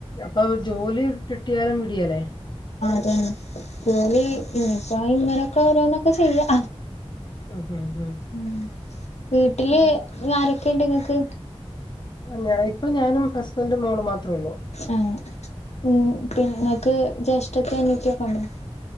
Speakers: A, on the left; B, on the left.
A: അപ്പൊ ജോലി കിട്ട്യാലും വിട്യേലേ
B: മ് ജോലി ഇനിപ്പം ഇങ്ങനൊക്കോരോന്നൊക്കെ ചെയ്യാ
A: ഉം ഉം
B: മ് വീട്ടില്
A: ഉം
B: ആരൊക്കെണ്ട് ങ്ങക്ക്?
A: ആ ഞാ ഇപ്പൊ ഞാനും ഹസ്ബൻ്റും മോളും മാത്രൊള്ളൂ <inaudible>
B: ആഹ് ഉം പിന്നെ ഇങ്ങക്ക് ജ്യേഷ്ഠത്തി അനിയത്ത്യൊക്കണോ?